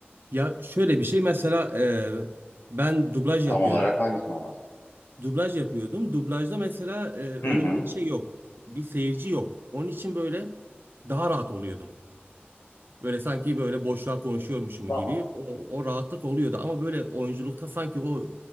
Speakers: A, on the right; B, on the left.
A: Ya şöyle bir şey mesela e, ben dublaj
B: Tam
A: yapıyordum.
B: olarak hangisinden bahsediyorsun?
A: Dublaj yapıyordum. Dublajda mesela e, önümde
B: Hı hı.
A: şey yok. Bir seyirci yok. Onun için böyle daha rahat oluyordum. Böyle sanki böyle boşluğa konuşuyormuşum
B: Tamam.
A: gibi o, o rahatlık oluyordu. Ama böyle oyunculukta sanki o